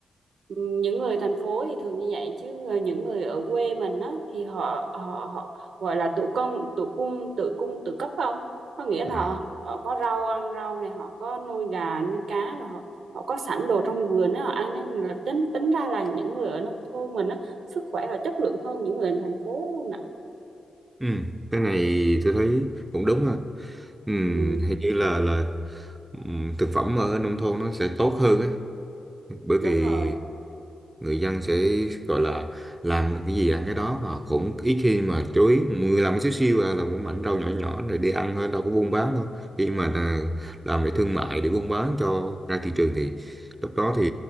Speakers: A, on the right; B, on the right.
A: Ừ, những người thành phố thì thường như vậy chứ ờ, những người ở quê mình á thì họ họ họ gọi là tự cung tự cung tự cung tự cấp không có nghĩa là
B: à.
A: họ, họ có rau ăn rau này họ có nuôi gà nuôi cá rồi họ họ có sẵn đồ trong vườn á họ ăn nên là tính tính ra là những người ở nông thôn mình á sức khỏe và chất lượng hơn những người ở thành phố nè
B: Ừ, cái này tôi thấy cũng đúng ha ừ,
A: ừ,
B: hình như là là ừm, thực phẩm ở nông thôn nó sẽ tốt hơn ấy bởi vì
A: đúng rồi
B: người dân sẽ gọi là làm được cái gì ăn cái đó và cũng ít khi mà chú ý người làm cái xíu xiu à, làm một mảnh rau nhỏ nhỏ rồi đi ăn thôi đâu có buôn bán đâu khi mà à, làm về thương mại để buôn bán cho ra thị trường thì lúc đó thì